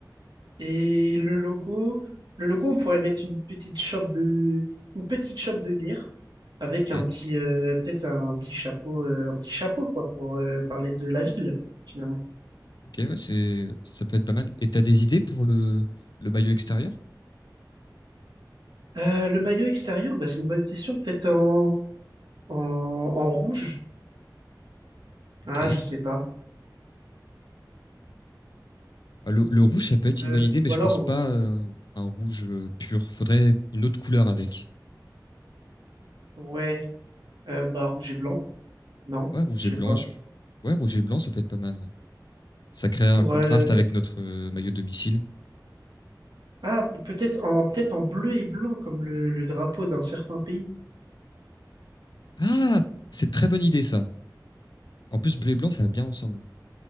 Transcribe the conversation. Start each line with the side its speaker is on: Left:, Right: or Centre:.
Right: Et le logo, le logo, on pourrait mettre une petite chope de une petite chope de bière avec
Left: Ok.
Right: un petit euh, peut-être un petit chapeau euh, un petit chapeau quoi pour euh, parler de la ville finalement.
Left: Ok, ouais, c'est, ça peut être pas mal. Et t'as des idées pour le, le maillot extérieur?
Right: Euh, le maillot extérieur, bah, c'est une bonne question. Peut-être en, en, en rouge.
Left: Ok.
Right: Ah, je sais pas.
Left: Ah, le, le rouge, ça peut être
Right: Euh,
Left: une bonne idée, mais
Right: ou
Left: je
Right: alors,
Left: pense
Right: en-
Left: pas euh, un rouge euh, pur. Faudrait une autre couleur avec.
Right: ouais, euh, bah, rouge et blanc. Non,
Left: Ouais, rouge
Right: je
Left: et
Right: sais
Left: blanc.
Right: pas.
Left: je- Ouais, rouge et blanc, ça peut être pas mal. ouais. Ça crée un
Right: Pour,
Left: contraste
Right: euh,
Left: avec notre euh, maillot de domicile.
Right: ah, peut-être en, peut-être en bleu et blanc, comme le, le drapeau d'un certain pays.
Left: Ah, c'est très bonne idée ça. En plus, bleu et blanc, ça va bien ensemble.